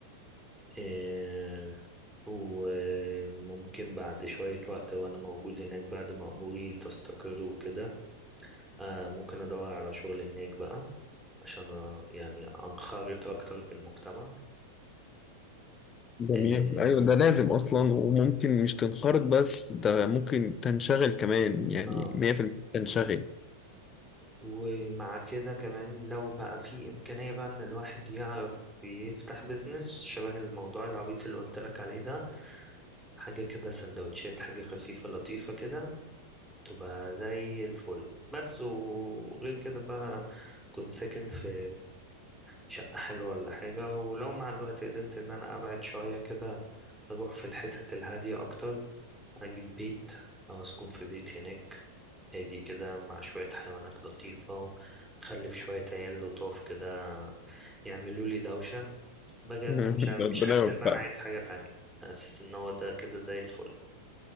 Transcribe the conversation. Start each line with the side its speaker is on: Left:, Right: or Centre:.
Centre: إيه، وممكن بعد شوية وقت وانا موجود هناك بعد ما اموري تستقر وكده آه ممكن أدور على شغل هناك بقى عشان آه، يعني أنخرط أكتر في المجتمع
Left: جميل
Centre: آه,
Left: أيوة ده لازم أصلا وممكن مش تنخرط بس ده ممكن تنشغل كمان يعني
Centre: آه
Left: 100% تنشغل
Centre: ومع كده كمان لو بقى في إمكانية بقى إن الواحد يعرف يفتح بيزنس شبه الموضوع العبيط اللي قلت لك عليه ده حاجة كده سندوتشات حاجة خفيفة لطيفة كده تبقى زي الفل بس وغير كده بقى كنت ساكن في شقة حلوة ولا حاجة ولو مع الوقت قدرت إن أنا أبعد شوية كده أروح في الحتت الهادية أكتر أجيب بيت أو أسكن في بيت هناك هادي كده مع شوية حيوانات لطيفة وخلف شوية عيال لطاف كده يعملوا لي دوشة بجد
Left: <laughs>
Centre: مش ع- مش
Left: ربنا
Centre: حاسس
Left: يوفقك
Centre: إن أنا عايز حاجة تانية حاسس إن هو ده كده زي الفل